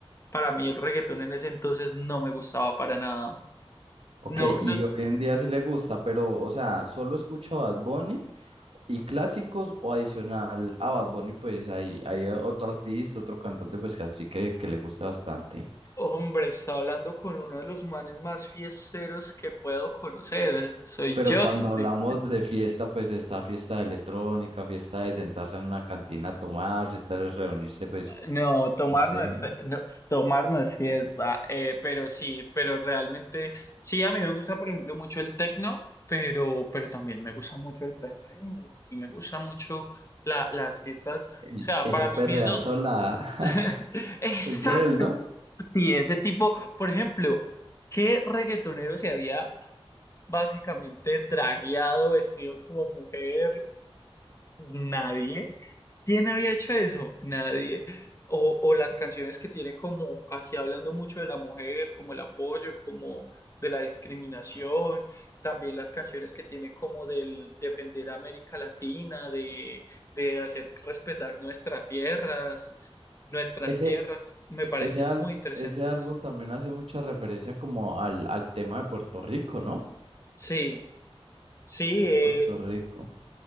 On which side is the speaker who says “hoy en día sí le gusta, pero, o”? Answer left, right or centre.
Right